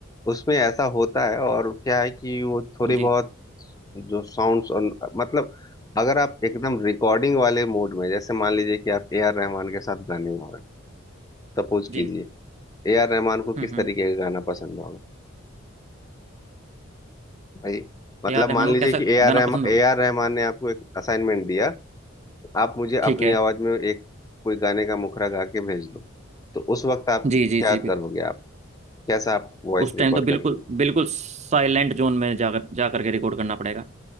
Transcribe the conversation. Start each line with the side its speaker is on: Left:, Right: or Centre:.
Left: उसमें ऐसा होता है और क्या है कि वो थोड़ी
Right: जी
Left: बहुत जो साउंड्स और मतलब अगर आप एकदम रिकॉर्डिंग वाले मोड में जैसे मान लीजिए कि आप ए आर रहमान के साथ गाने गा रहे हैं सपोज
Right: जी
Left: कीजिए ए आर रहमान को
Right: हम्म
Left: किस
Right: हम्म
Left: तरीके का गाना पसंद होगा भाई मतलब
Right: ए आर रहमान
Left: मान
Right: को
Left: लीजिए
Right: कैसा
Left: कि A R
Right: गाना
Left: Rahman
Right: पसंद होगा
Left: A R Rahman ने आपको एक असाइनमेंट दिया आप मुझे
Right: ठीक
Left: अपनी
Right: है
Left: आवाज में एक कोई गाने का मुखड़ा गा के भेज दो तो उस वक्त आप
Right: जी जी
Left: क्या
Right: जी बिल्कुल
Left: करोगे आप कैसा आप वॉइस
Right: उस
Left: रिकॉर्ड
Right: टाइम तो बिल्कुल
Left: करके भेजोगे
Right: बिल्कुल साइलेंट जोन में जाकर जा करके रिकॉर्ड करना पड़ेगा